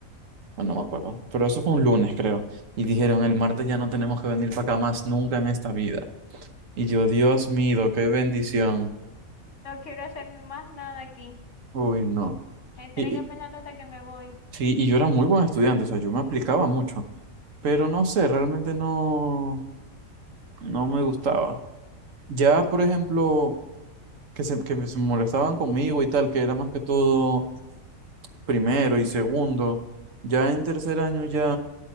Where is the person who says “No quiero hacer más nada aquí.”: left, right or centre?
Left